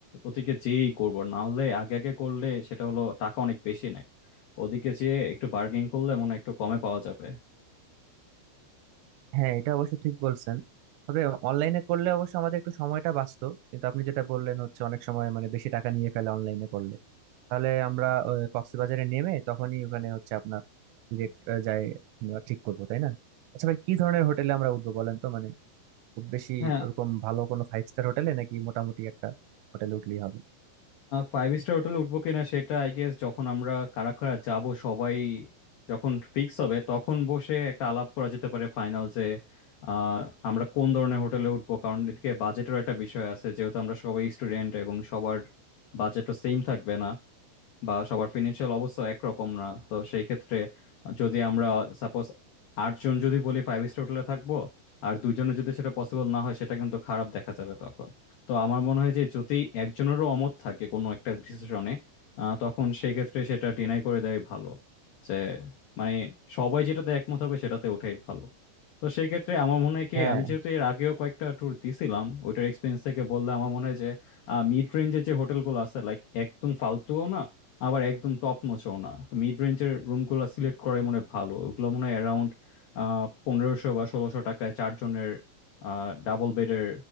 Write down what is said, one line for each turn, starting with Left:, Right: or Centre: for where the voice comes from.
Left: ওদিকে যেয়েই করব না হলে আগে আগে করলে সেটা হলো টাকা অনেক বেশি নেয় ওদিকে যেয়ে একটু বার্গেনিং করলে মনে হয় একটু কমে পাওয়া যাবে
Right: হ্যাঁ এটা অবশ্য ঠিক বলছেন তবে অনলাইনে করলে অবশ্য আমাদের একটু সময়টা বাঁচতো কিন্তু আপনি যেটা বললেন হচ্ছে অনেক সময় মানে বেশি টাকা নিয়ে ফেলে অনলাইনে করলে তাহলে আমরা আহ, কক্সবাজারে নেমে তখনই ওখানে হচ্ছে আপনার ডিরেক্ট যাই আমরা ঠিক করবো তাই না আচ্ছা ভাই কি ধরনের হোটেলে আমরা উঠবো বলেন তো মানে খুব বেশি
Left: হ্যাঁ
Right: ওরকম ভালো কোনো ফাইভ স্টার হোটেলে নাকি মোটামুটি একটা হোটেলে উঠলেই হবে
Left: ফাইভ স্টার হোটেলে উঠবো কিনা সেটা আই গেস যখন আমরা কারা কারা যাব সবাই যখন ফিক্স হবে তখন বসে একটা আলাপ করা যেতে পারে ফাইনাল যে আহ, আমরা কোন ধরনের হোটেলে উঠবো কারণ এদিকে বাজেটেরও একটা বিষয় আছে যেহেতু আমরা সবাই স্টুডেন্ট এবং সবার বাজেটও সেম থাকবে না বা সবার ফিনান্সিয়াল অবস্থা একরকম না তো সেই ক্ষেত্রে যদি আমরা সাপোজ আটজন যদি বলি ফাইভ স্টার হোটেলে থাকবো আর দুইজনের যদি সেটা পসিবল না হয় সেটা কিন্তু খারাপ দেখা যাবে তখন তো আমার মনে হয় যে যদি একজনেরও অমত থাকে কোনো একটা ডিসিশনে তখন সেই ক্ষেত্রে সেটা ডিনাই করে দেয় ভালো যে মানে সবাই যেটাতে একমত হবে সেটাতে ওঠাই ভালো তো সেই ক্ষেত্রে আমার মনে হয় কি
Right: হ্যাঁ
Left: আমি যেহেতু এর আগেও কয়েকটা ট্যুর দিছিলাম ওইটার এক্সপিরিয়েন্স থেকে বললে আমার মনে হয় যে মিড রেঞ্জের যে হোটেলগুলো আছে লাইক একদম ফালতুও না আবার একদম টপ নচও না তো মিড রেঞ্জের রুমগুলো সিলেক্ট করে মনে হয় ভালো ওগুলো মনে হয় অ্যারাউন্ড পনেরোশো বা ষোলোশো টাকায় চারজনের ডাবল বেডের